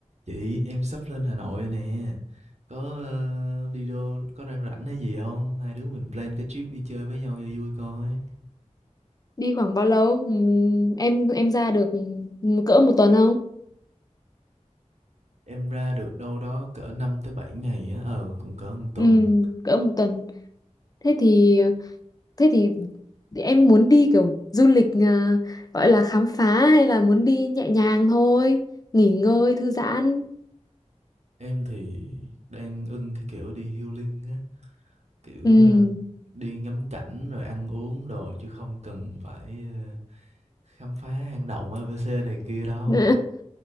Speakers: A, on the right (about 60°); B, on the left (about 30°).
A: Chị, em sắp lên Hà Nội nè. Có ờ, đi đâu có đang rảnh hay gì không? Hai đứa mình plan cái trip đi chơi với nhau cho vui coi.
B: Đi khoảng bao lâu? Ừm, em em ra được cỡ một tuần không?
A: Em ra được đâu đó cỡ 5 tới 7 ngày á, ờ cũng cỡ một tuần.
B: Ừm, cỡ một tuần. Thế thì thế thì em muốn đi kiểu du lịch à, gọi là khám phá hay là muốn đi nhẹ nhàng thôi, nghỉ ngơi thư giãn.
A: Em thì đang ưng cái kiểu đi healing á, kiểu
B: Ừm.
A: ờ, đi ngắm cảnh rồi ăn uống đồ chứ không cần phải ờ, khám phá hang động ABC này kia đâu.
B: <laughs>